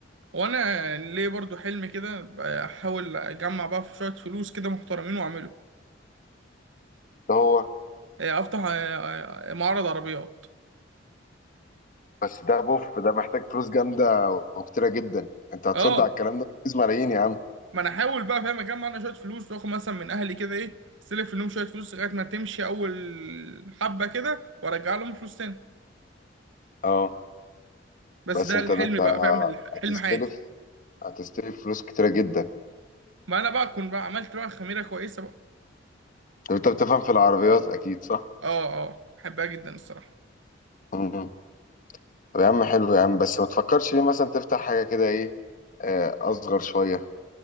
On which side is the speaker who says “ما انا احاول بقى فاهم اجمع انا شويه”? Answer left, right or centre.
Right